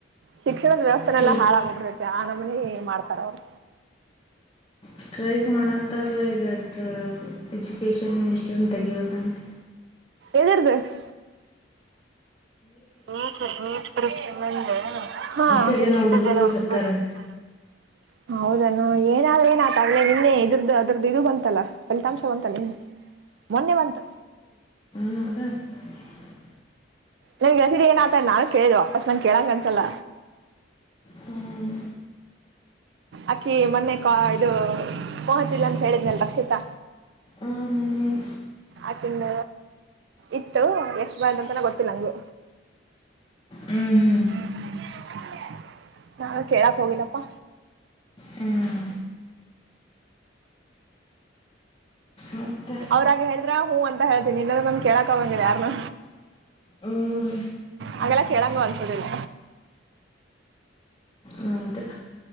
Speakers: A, on the right (about 65°); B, on the left (about 25°).
A: ಶಿಕ್ಷಣದ ವ್ಯವಸ್ಥೆನೆೆಲ್ಲಾ
B: ಈಗ
A: ಹಾಳಾಗೋಗ್ಬಿಡೈತಿ ಆ ನಮನಿ ಮಾಡ್ತಾರ ಅವ್ರು.
B: Strike ಮಾಡತ್ತಾರಲ ಈಗತ್ತು education ಮಿನಿಸ್ಟರ್ನ ತೆಗಿಬೇಕಂತ.
A: ಇದುರ್ದು <unintelligible> ನೀ ನೀಟ್ ಪರೀಕ್ಷೆ ಬಂದ್ರೆ ಹಾ
B: ಎಷ್ಟೋ
A: ಎಷ್ಟು
B: ಹುಡುಗರು
A: ಜನ ಹುಡ್ಗರು
B: ಸತ್ತಾರಂತ
A: ಸಿಗ್ತರೆ. ಹೌದ ನ ಏನಾದ್ರೆ ನ್ ಆತಗ್ಲಲೆ ನಿನ್ನೆ ಇದ್ರದು ಅದ್ರದ್ದ ಇದು ಬಂತಲ್ಲ. ಫಲಿತಾಂಶ ಬಂತಲ್ಲ ಮೊನ್ನೆ ಬಂತು.
B: ಹ್ಮ <unintelligible>
A: ನಂಗೆದಿದಿ ಏನ ಆತಲ್ಲ ನಾನು ಕೇಳಿದೆ ವಾಪಸ್ ನಂಗೆ ಕೇಳಾಕ್ ಅನ್ಸಲ್ಲ.
B: ಹ್ಮ್
A: ಅಕ್ಕಿ ಮೊನ್ನೆ ಕ ಇದು ಪೋಹಚಿಲ್ಲ ಅಂತ ಹೇಳಿದ್ನಲ್ ರಕ್ಷಿತಾ.
B: ಹ್ಮ್ ಹ್ಮ್ ಹ್ಮ್
A: ಆಕಿಂದ ಇತ್ತು ಎಷ್ಟ ಬಾರ್ದ ಅಂತನ ಗೊತ್ತಿಲ್ಲ ನಂಗು.
B: ಹ್ಮ್ ಹ್ಮ್
A: ಹ್ಮ್ <inaudible> ನಾವ್ ಕೇಳಕ್ ಹೋಗಿಲ್ಲಪ್ಪಾ.
B: ಹ್ಮ್ ಮತ್ತೆ
A: ಅವ್ರಾಗ ಹೇಳಿದ್ರ ಹೂ ಅಂತ ಹೇಳ್ತೀನಿ ಇಲ್ಲಂದ್ರೆ ನಮ್ ಕೇಳಕೆ ಹೋಗಗಿಂಲ್ಲ ಯಾರ್ನು.
B: ಹ್ಮ್
A: ಹಾಗೆಲ್ಲ ಕೇಳಂಗ ಅನ್ಸೋದಿಲ್ಲ.
B: ಹೌದು